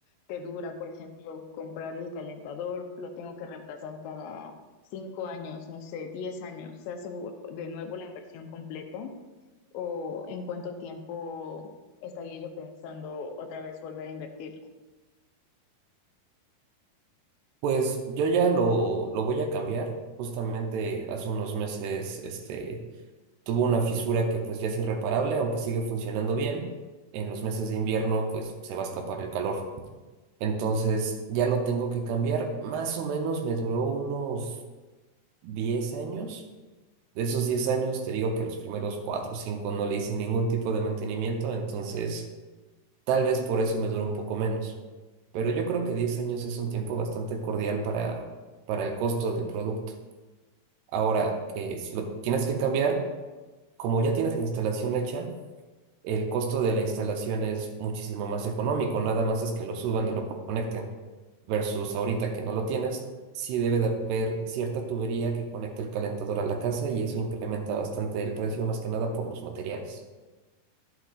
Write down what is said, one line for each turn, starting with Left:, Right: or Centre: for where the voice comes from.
Left: te dura, por ejemplo, comprar el calentador, lo tengo que reemplazar cada cinco años, no sé, diez años, se hace vu- de nuevo la inversión completa o en cuánto tiempo estaría yo pensando otra vez volver a invertir.
Right: Pues yo ya lo, lo voy a cambiar. Justamente hace unos meses, este Tuvo una fisura que pues ya es irreparable, aunque sigue funcionando bien. En los meses de invierno pues se va a escapar el calor. Entonces ya lo tengo que cambiar. Más o menos me duró unos 10 años. De esos 10 años te digo que los primeros 4 o 5 no le hice ningún tipo de mantenimiento, entonces tal vez por eso me duró un poco menos. Pero yo creo que 10 años es un tiempo bastante cordial para, para el costo del producto. Ahora que si lo tienes que cambiar, como ya tienes la instalación hecha, el costo de la instalación es muchísimo más económico, nada más es que lo suban y lo conecten, versus ahorita que no lo tienes, sí debe de haber cierta tubería que conecte el calentador a la casa y eso incrementa bastante el precio, más que nada por los materiales.